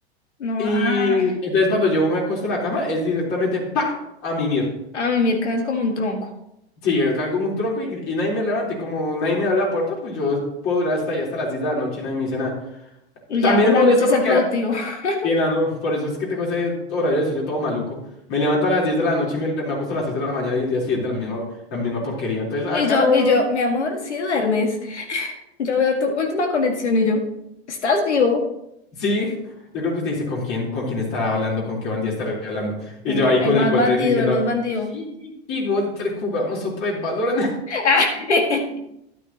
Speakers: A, on the left; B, on the left.
A: no,
B: Y
A: ah,
B: entonces cuando yo me acuesto en la cama es directamente, pa, a mimir.
A: a mí Mirka es como un tronco.
B: Sí, yo cargo un tronco y, y nadie me levante. Como nadie me abre la puerta, pues yo puedo durar hasta allá, hasta las 10 de la noche y nadie me dice nada.
A: Y
B: También
A: ya por la
B: molesta
A: noche ser
B: porque,
A: productivo.
B: ah,
A: <laughs>
B: bien, ah, no, por eso es que tengo ese horario del sueño todo maluco. Me levanto a las 10 de la noche y me, me acuesto a las 6 de la mañana y el día siguiente la misma, la misma porquería. Entonces, acá
A: Y yo,
B: no.
A: y yo, mi amor, si duermes, yo veo tu última conexión y yo, ¿estás vivo?
B: Sí, yo creo que usted dice con quién, con quién estará hablando, con qué bandía estará hablando. Y
A: Mm,
B: yo ahí
A: El
B: con
A: más
B: el Qualtrics
A: bandido,
B: diciendo,
A: el más bandido.
B: sí, sí, sí, Walter, jugamos otra vez Valorant.
A: <laughs>